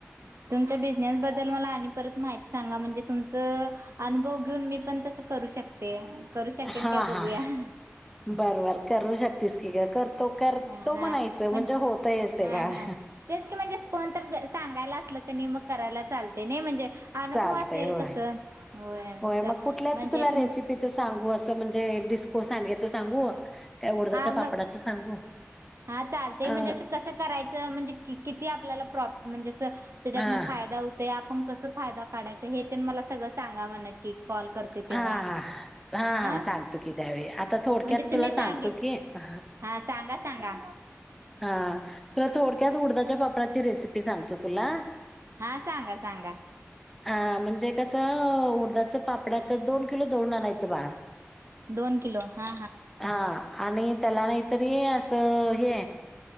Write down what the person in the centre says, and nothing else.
हा
हा
बर बर करू शकतेस की ग करतो करतो
म्हणायचं म्हणजे
होतयच ते बाळ
चालतय
होय-होय
मग कुठल्याच
तुला रेसिपीच
सांगू असं म्हणजे डिस्कोस आच सांगू काय उडदाच्या
पापडाचं
सांगू
अ
हा
हा हा
सांगतो की त्यावेळी आता थोडक्यात
तुला
सांगतो
की हा
हा. तुला थोडक्यात उडदाच्या पापडाची रेसिपी सांगतो तुला.
अ म्हणजे कसं उडदाच पा पड्याच दोन किलो दळून आणायचं बाळा.
हा! आणि त्याला नाहीतरी असं हे